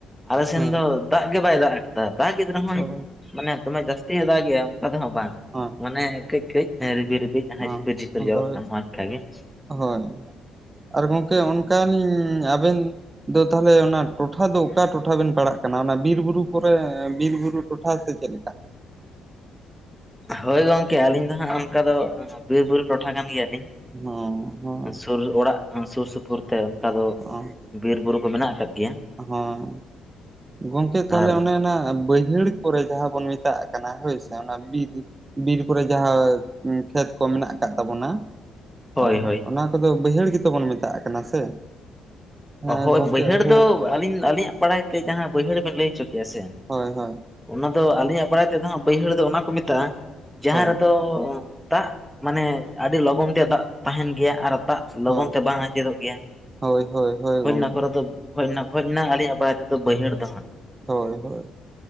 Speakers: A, in the centre; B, on the right.
A: ᱟᱞᱮ ᱥᱮᱱ
B: ᱦᱮᱸ
A: ᱫᱚ ᱫᱟᱜ ᱜᱮ ᱵᱟᱭ ᱫᱟᱜ ᱟᱠᱟᱫᱟ ᱫᱟᱜᱽᱮ ᱨᱮᱦᱚᱸᱭ
B: ᱦᱳᱭ
A: ᱢᱟᱱᱮ ᱫᱚᱢᱮ ᱡᱟᱹᱥᱛᱤᱭᱮ ᱫᱟ ᱜᱮᱭᱟ ᱚᱱᱠᱟ ᱫᱚᱦᱟᱸᱜ ᱵᱟᱝ᱾
B: ᱦᱚᱸ
A: ᱢᱟᱱᱮ ᱠᱟᱹᱡ ᱠᱟᱹᱡ ᱨᱤᱵᱤ ᱨᱤᱵᱤ ᱡᱟᱦᱟᱸ
B: ᱦᱳᱭ
A: ᱡᱷᱤᱯᱤᱨ ᱡᱷᱤᱯᱤᱨ ᱡᱚᱨᱚᱜ ᱠᱟᱱ ᱱᱚᱣᱟ ᱱᱤᱠᱟᱜᱮ
B: ᱦᱳᱭ ᱟᱨ ᱜᱚᱝᱠᱮ ᱚᱱᱠᱟ ᱞᱤᱧ ᱟᱵᱮᱱ ᱟᱫᱚ ᱛᱟᱦᱞᱮ ᱚᱱᱟ ᱴᱚᱴᱷᱟ ᱫᱚ ᱚᱠᱟ ᱴᱚᱴᱷᱟ ᱵᱮᱱ ᱯᱟᱲᱟᱜ ᱠᱟᱱᱟ ᱚᱱᱟ ᱵᱤᱨᱵᱩᱨᱩ ᱠᱚᱨᱮ ᱵᱤᱨᱵᱩᱨᱩ? ᱴᱚᱴᱷᱟ ᱥᱮ ᱪᱮᱫ ᱞᱮᱠᱟ?
A: ᱦᱳᱭ ᱜᱚᱝᱠᱮ ᱟᱹᱞᱤᱧ ᱫᱚ ᱦᱟᱸᱜ ᱚᱱᱠᱟ ᱫᱚ ᱵᱤᱨᱵᱩᱨᱩ ᱴᱚᱴᱷᱟ ᱠᱟᱱ ᱜᱮᱭᱟᱞᱤᱧ
B: <unintelligible>
A: ᱥᱩᱨ ᱚᱲᱟᱜ ᱥᱩᱨ ᱥᱩᱯᱩᱨ ᱛᱮ ᱚᱱᱠᱟ ᱫᱚ
B: ᱦᱚᱸ
A: ᱵᱤᱨ ᱵᱩᱨᱩ ᱠᱚ ᱢᱮᱱᱟᱜ ᱟᱠᱟᱫ ᱜᱮᱭᱟ
B: ᱦᱚᱸ ᱜᱚᱝᱠᱮ ᱛᱟᱦᱚᱞᱮ
A: ᱟᱨ
B: ᱚᱱᱮ ᱚᱱᱟ ᱵᱟᱹᱭᱦᱟᱹᱲ ᱠᱚᱨᱮ ᱡᱟᱦᱟᱸ ᱵᱚᱱ ᱢᱮᱛᱟᱜ ᱠᱟᱱᱟ ᱦᱳᱭᱥᱮ ᱚᱱᱟ ᱵᱤᱨ ᱵᱤᱨ ᱠᱚᱨᱮ ᱡᱟᱦᱟᱸ ᱠᱷᱮᱛ ᱠᱚ ᱢᱮᱱᱟᱜ ᱟᱠᱟᱫ ᱛᱟᱵᱚᱱᱟ
A: ᱦᱳᱭ
B: ᱮᱸ
A: ᱦᱳᱭ
B: ᱚᱱᱟ ᱠᱚᱫᱚ ᱵᱟᱹᱭᱦᱟᱹᱲ ᱜᱮᱛ ᱵᱚᱱ ᱢᱮᱛᱟᱜ ᱠᱟᱱᱟ ᱥᱮ ᱦᱮᱸ
A: ᱦᱳᱭ
B: ᱜᱚᱝᱠᱮ
A: ᱵᱟᱹᱭᱦᱟᱹᱲ
B: ᱦᱳᱭ
A: ᱫᱚ ᱟᱹᱞᱤᱧ ᱟᱹᱞᱤᱧᱟᱜ ᱵᱟᱲᱟᱭ ᱛᱮ ᱡᱟᱦᱟᱸ ᱵᱟᱹᱭᱦᱟᱹᱲ ᱵᱮᱱ ᱞᱟᱹᱭ ᱦᱚᱪᱚ ᱠᱮᱜ-ᱟ ᱥᱮ
B: ᱦᱚᱭ ᱦᱚᱭ
A: ᱚᱱᱟ ᱫᱚ ᱟᱹᱞᱤᱧᱟᱜ ᱵᱟᱲᱟᱭ ᱛᱮᱫᱚ ᱦᱟᱸᱜ ᱵᱟᱹᱭᱦᱟᱹᱲ ᱫᱚ ᱚᱱᱟ ᱠᱚ ᱢᱮᱛᱟᱜᱼᱟ ᱡᱟᱦᱟᱸ
B: ᱦᱳᱭ
A: ᱨᱮᱫᱚ ᱫᱟᱜ ᱢᱟᱱᱮ ᱟᱹᱰᱤ ᱞᱚᱜᱚᱱ ᱛᱮ ᱫᱟᱜ ᱛᱟᱦᱮᱱ ᱜᱮᱭᱟ ᱟᱨ ᱫᱟᱜ ᱞᱚᱜᱚᱱ
B: ᱦᱳᱭ
A: ᱛᱮ ᱵᱟᱝ ᱟᱸᱡᱮᱫᱚᱜ ᱜᱮᱭᱟ
B: ᱦᱳᱭ ᱦᱳᱭ ᱦᱳᱭ
A: ᱦᱚᱡ
B: ᱜᱚᱝᱠᱮ
A: ᱚᱱᱟ ᱠᱚᱨᱮ ᱫᱚ ᱦᱚᱡ ᱱᱟ ᱦᱚᱡ ᱚᱱᱟ ᱟᱹᱞᱤᱧᱟᱜ ᱵᱟᱲᱟᱭ ᱛᱮᱫᱚ ᱵᱟᱹᱭᱦᱟᱹᱲ ᱫᱚ ᱦᱟᱸᱜ
B: ᱦᱳᱭ ᱦᱳᱭ᱾